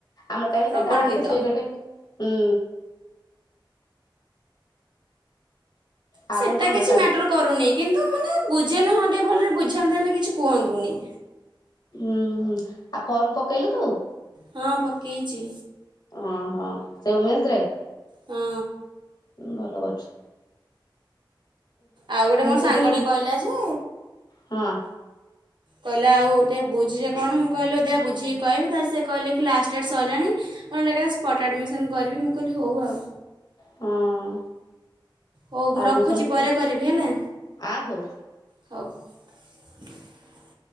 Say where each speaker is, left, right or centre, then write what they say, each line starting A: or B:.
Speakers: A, on the left; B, on the right.
A: ଆମ ଟାଇମ୍
B: ପ୍ରବଳ
A: ଟା ଯାହାହେଲେ
B: ନିଦ
A: ଶୋଇବା ଟାଇମ୍ ହୁଁ ତାପରେ
B: ସେଟା
A: କଣ
B: କିଛି
A: ଟାଲି
B: ମ୍ୟାଟର କରୁନି କିନ୍ତୁ ମାନେ ବୁ ବୁଝି ହେଲେ ହଁ ଟିକେ ଭଲରେ ବୁଝାନ୍ତେ ହେଲେ କିଛି କୁହନ୍ତୁନି।
A: ଉମ୍ ହୁଁ ଆଉ ଫର୍ମ ପକେଇଲୁ ତୁ?
B: ହଁ ପକେଇଛି।
A: ଓହୋ ସେ ଉମେଶସ ରେ
B: ହଁ
A: ଭଲ ବାଛୁ,
B: ଆଉ ଗୋଟେ ମୋ ସାଙ୍ଗଟେ
A: କେଜାଣି
B: କହିଲା ଯେ
A: ହଁ
B: କହିଲା ଆଉ ଟିକେ ବୁଝିଲେ କଣ ମୁଁ କହିଲି ଦେ ବୁଝିକି କହିବି ତାର ସେ କହିଲେ କି ଲାଷ୍ଟ ଡେଟ୍ ସରିଲାଣି କନଟା ଏକା ସ୍ପଟ୍ ଆଡ଼ମିସନ୍ କରିବି ମୁଁ କହିଲି ହଉ ଆଉ।
A: ହଁ
B: ହଉ ମୁଁ
A: ଆଡମିସନ
B: ରଖୁଛି ପରେ
A: କ
B: କରିବି ହେଲା
A: ଆ ହଉ।
B: ହଉ। <unintelligible>